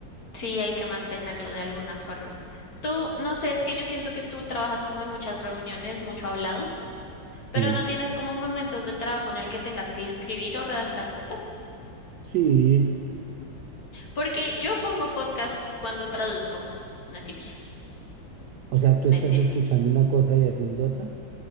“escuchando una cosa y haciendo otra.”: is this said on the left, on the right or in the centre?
Right